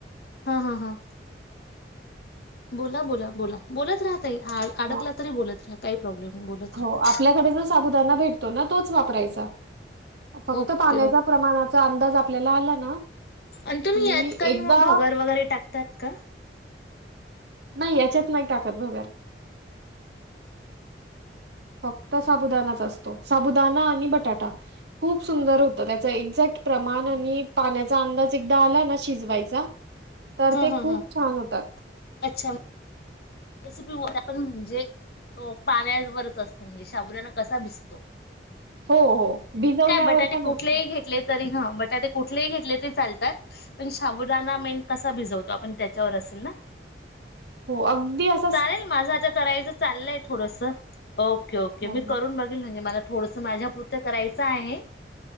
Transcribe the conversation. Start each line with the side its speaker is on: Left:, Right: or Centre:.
Left: हा हा हा.. बोला बोला बोला बोलत राहा ताई अडकला
Right: हा
Left: तरी बोलत राहा काही प्रॉब्लेम नाही बोलत
Right: हो
Left: राहा..
Right: आपल्याकडे जो साबुदाना भेटतो ना तोच वापरायचा फक्त
Left: ओके
Right: पाण्या
Left: ओके
Right: प्रमाणाचा अंदाज आपल्याला आला ना
Left: आणि तुम्ही
Right: की
Left: यात का नाही
Right: एकदा
Left: मग भगर वगैरे टाकतात का
Right: नाही याच्यात नाही टाकत भगर फक्त साबुदानाच असतो साबुदाणा आणि बटाटा खूप सुंदर होतं त्याच एक्झॅक्ट प्रमाण आणि पाण्याचा अंदाज एकदा आला ना शिजवायचा तर
Left: हा
Right: ते
Left: हा
Right: खूप
Left: हा
Right: छान होतात
Left: अच्छा <inaudible> म्हणजे पाण्यावरच असत म्हणजे साबुदाणा कसा भिसतो
Right: हो हो भिजवण्यावर
Left: बटाटे
Right: पण
Left: कुठलेही
Right: असत
Left: घेतले तरी ही बटाटे कुठलेही घेतले तेरी चालतात- पण शाबुदाना मैन कसा भिजवतो आपण त्याच्यावर असेल ना
Right: हो अगदी अस
Left: चालेल माझं आता करायचं चाललंय थोडस, ओके ओके
Right: हो
Left: मी करून बघेल म्हणजे मला थोडस माझ्यापुरतं करायचं आहे,